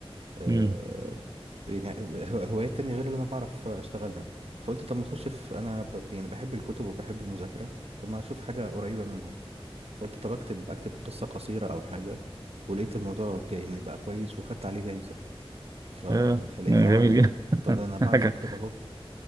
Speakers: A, on the right; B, on the right.
A: آه،
B: امم
A: يعني هو- هوايات تانية غير اللي أنا بعرف أشتغلها فقلت طب ما أخش في أنا ب... يعني بحب الكتب وبحب المذاكرة طب ما أشوف حاجة قريبة منهم فقلت طب أكتب أكتب قصة قصيرة أو حاجة ولقيت الموضوع ك- يعني بقى كويس وخدت عليه جايزة ف...
B: آه،
A: فلقيت
B: آه،
A: أه
B: جميل
A: أنا
B: جدا
A: طب ده
B: <laughs>
A: أنا بعرف
B: حاجة
A: أكتب أهو